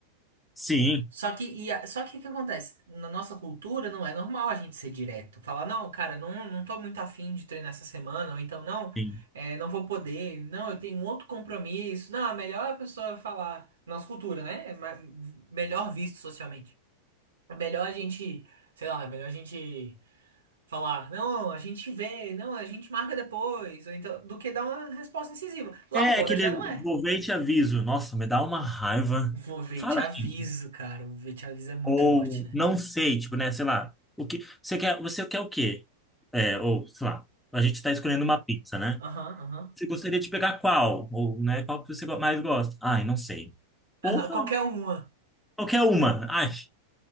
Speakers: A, in the centre; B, on the right (about 65°).
A: sim,
B: Só que, e a- só que o que acontece? Na nossa cultura não é normal a gente ser direto. Falar, não, cara, não, não tô muito afim de treinar essa semana, ou então, não,
A: sim.
B: é, não vou poder, não, eu tenho outro compromisso. Não, é melhor é a pessoa falar. Nossa cultura, né? É ma- melhor visto socialmente. É melhor a gente, sei lá, é melhor a gente falar, não, a gente vê, não, a gente marca depois, ou então, do que dar uma resposta incisiva. Lá
A: É, é
B: fora
A: aquele
B: já não é.
A: vou ver e te aviso. Nossa, me dá uma raiva.
B: Vou ver
A: Fala,
B: e te aviso,
A: gente.
B: cara. O ver e te aviso é muito
A: Ou
B: forte, né?
A: não sei, tipo, né, sei lá, o que. Você quer, você quer o quê? É, ou, sei lá, a gente tá escolhendo uma pizza, né?
B: Aham, aham.
A: Você gostaria de pegar qual? Ou, né, qual que você go- mais gosta? Ai, não sei. Porra,
B: Aham, qualquer uma.
A: qualquer uma. Ai.